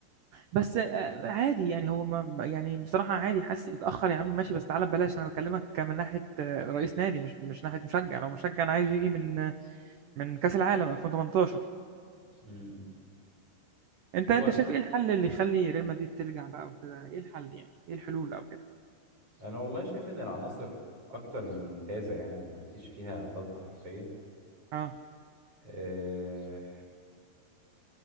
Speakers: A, on the right (about 85°); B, on the right (about 30°).
A: بس آه، عادي يعني هو ما ما- يعني بصراحة عادي حاسس اتأخر يا عم ماشي بس تعالى ببلاش أنا بكلمك من ناحية آه، رئيس نادي مش مش ناحية مشجع لو مشجع أنا عايزه يجي من آه، من كأس العالم 2018
B: امم
A: أنت
B: هو
A: أنت شايف إيه الحل اللي يخلي ريال مدريد ترجع بقى وكده إيه الحل يعني إيه الحلول أو كده
B: انا والله شايف ان العناصر اكتر من ممتازه يعني ما فيش فيها غلطه حرفيا
A: أه
B: آه،